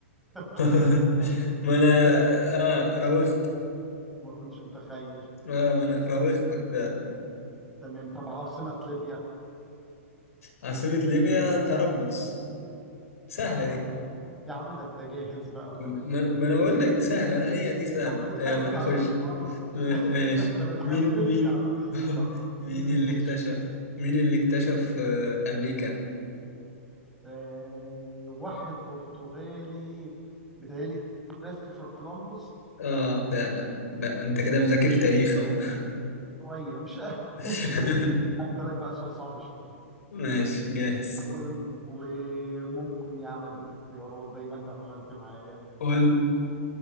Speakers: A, in the centre; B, on the left.
A: <laughs>
B: <laughs> ما انا
A: تمام
B: اه راوغت
A: ما كنتش متخيل
B: اه ما انا راوغتك فعلا
A: تمام طب عاصمة ليبيا
B: عاصمة ليبيا طرابلس سهلة
A: يا عم ده
B: دي
A: أنت <laughs> يا عم ده أنت جاهز بقى وتمام
B: ما
A: التمام
B: ما انا بقول لك سهلة لا هي دي سهلة
A: طب خل- سهل
B: يلا
A: عليا
B: خش
A: شوية
B: ما-
A: <laughs>
B: ماشي
A: ده أنا اتبهدلت
B: مين مين
A: يا عم
B: <laughs>
A: طب
B: مين
A: ماشي
B: اللي اكتشف مين اللي اكتشف آه، امريكا
A: آه، واحد برتغالي بيتهيألي كريستوفر كولومبوس
B: اه فعلا بقى انت كده مذاكر تاريخ اهو
A: شوية مش
B: <laughs>
A: <laughs> مش أسألك بقى سؤال صعب شوية
B: ماشي جاهز
A: ولو- وممكن يا عم أديك اختيارات زي ما أنت ما عملت معايا
B: قول